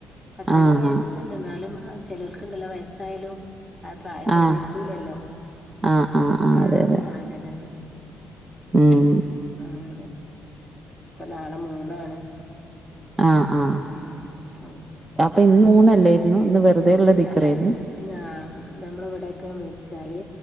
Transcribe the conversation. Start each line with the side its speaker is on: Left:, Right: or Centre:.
Centre: പത്ത്
Right: ആഹ്
Centre: എഴുപത്തു വയസുണ്ട്
Right: ആഹ്
Centre: എന്നാലും ആ ചെലോല്ക്ക് ഉണ്ടല്ല വയസ്സായാലും അത് പ്രായം തോന്നി
Right: ആഹ്
Centre: ലല്ലോ
Right: ആഹ് ആഹ് ആഹ്
Centre: ആ
Right: അതെ അതെ
Centre: അങ്ങനെയാണ്
Right: ഉം
Centre: അങ്ങനെ ഇപ്പ നാളെ മൂന്നാണ്
Right: ആഹ ആഹ
Centre: ഉം ഉം
Right: അപ്പൊ ഇന്ന് മൂന്നല്ലായിരുന്നു ഇന്ന് <unintelligible>
Centre: അല്ല പിന്നാ നമ്മള ഇവിടെൊക്കെ മരിച്ചാല്